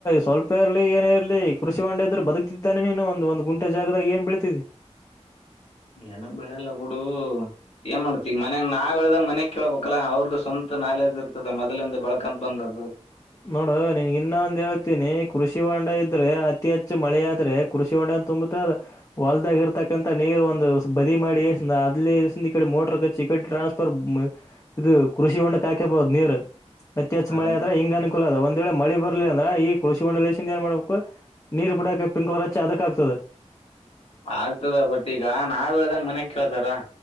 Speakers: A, on the left (about 30°); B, on the left (about 55°).
A: ಸ್ವಲ್ಪ ಇರಲಿ ಏನ ಇರ್ಲಿ ಕೃಷಿ ಹೂಂಡ ಇದ್ರ ಬದಗ್ತಿತಾನೆ ನೀನು ಒಂದ ಒಂದು ಗುಂಟೆ ಜಾಗದಾಗ ಏನ್ ಬೆಳ್ತಿದ್ದಿ
B: ಏನು ಬೆಳೆಲ್ಲ ಬುಡು ಏನ್ ಮಾಡ್ತತಿಗ ಮನ್ಯಾಗ ನಾವ ಹೇಳ್ದಂಗ ಮನ್ಯಾಗ ಕೇಳ್ಬೇಕಲ್ಲಾ ಅವ್ರದು ಸ್ವಂತ ನಾಲೆಡ್ಜ್ ಇರ್ತದ ಮೊದಲಿಂದ ಬೆಳ್ಕಂತ ಬಂದದು
A: ನೋಡು ನಿನಗ್ ಇನ್ನೊಂದ್ ಹೇಳ್ತೀನಿ ಕೃಷಿ ಹೊಂಡ ಇದ್ರೆ ಅತಿ ಹೆಚ್ಚು ಮಳೆ ಆದ್ರೆ ಕೃಷಿ ಹೊಂಡನ ತುಂಬತ್ತದ್ ಹೊಲ್ದಾಗಿ ಇರ್ತಕ್ಕಂತ ನೀರು ಒಂದ ಬದಿ ಮಾಡಿಗೆಸಿಂದ ಅಲ್ಲಿದಾಸಿಂದ ಈಕಡ ಮೋಟರ್ ಕಚ್ಚಿ ಈ ಕಡೆ ಟ್ರಾಸ್ ತ್ತರ್ ಇದು ಕೃಷಿ ಹೊಂಡಕ್ ಹಾಕೆಬಹುದು ನೀರ್ ಅತ್ತಿ ಹೆಚ್ಚ
B: ಅದನ್ನು
A: ಮಳೆ ಆದ್ರ ಹಿಂಗನ್ ಕುಲ ಅದ ಒಂದ ವೇಳೆ ಮಳಿ ಬರ್ಲಿಲ್ಲ್ ಅಂದ್ರ ಈ ಕೃಷಿ ಹೊಂಡಲೇಶಿಂದ ಏನ್ ಮಾಡ್ಬೇಕು ನೀರ್ ಬಿಡಕ್ ಪಿಂಕ್ಲರ್ ಹಚ್ಚಿ ಅದಕ್ ಆಗ್ತದ
B: ಆಗ್ತದ ಬಟ್ ಈಗ ನಾವ್ ಹೇಳ್ದಂಗ ಮನ್ಯಗ ಕೇಳ್ತಾರ